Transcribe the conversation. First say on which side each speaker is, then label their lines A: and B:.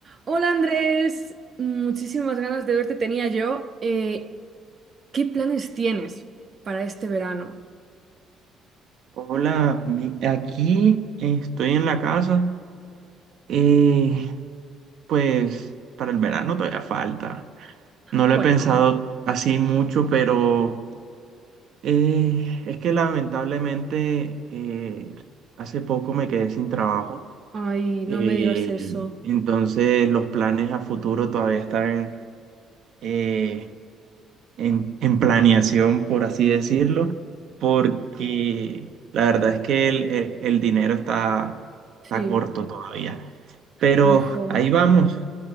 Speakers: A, on the right; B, on the right.
A: Hola Andrés, muchísimas ganas de verte tenía yo. Eh, ¿qué planes tienes para este verano?
B: Hola, vi- aquí estoy en la casa. eh, pues para el verano todavía falta. No
A: Bueno,
B: lo he pensado así mucho, pero eh, es que lamentablemente eh, hace poco me quedé sin trabajo.
A: ay, no
B: eh,
A: me digas eso.
B: entonces los planes a futuro todavía están eh, en, en planeación, por así decirlo, porque la verdad es que el, el- el dinero está,
A: Sí,
B: está corto todavía. Pero
A: ay, jo,
B: ahí vamos.